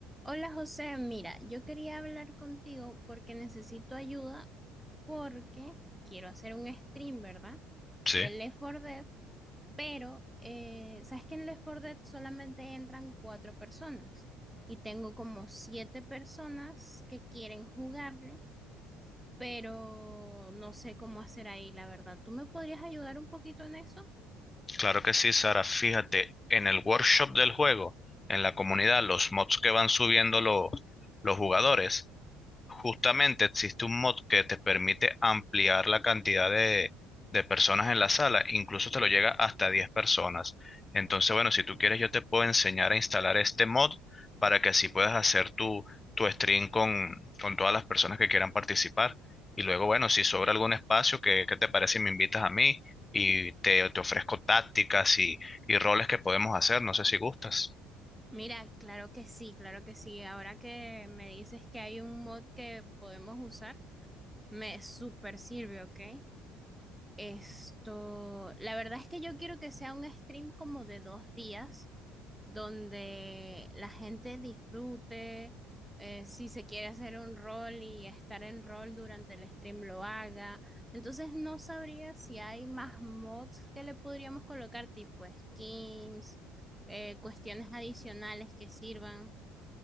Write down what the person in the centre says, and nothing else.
Hola José, mira, yo quería hablar contigo porque necesito ayuda porque quiero hacer un stream, ¿verdad?
De Left 4 Dead, pero eh, ¿sabes que en Left 4 Dead solamente entran cuatro personas? Y tengo como siete personas que quieren jugarlo, pero no sé cómo hacer ahí, la verdad. ¿Tú me podrías ayudar un poquito en eso?
Mira, claro que sí, claro que sí. Ahora que me dices que hay un mod que podemos usar. Me super sirve, ¿ok? Esto, la verdad es que yo quiero que sea un stream como de dos días, donde la gente disfrute, eh, si se quiere hacer un rol y estar en rol durante el stream lo haga. Entonces no sabría si hay más mods que le podríamos colocar, tipo skins, eh, cuestiones adicionales que sirvan.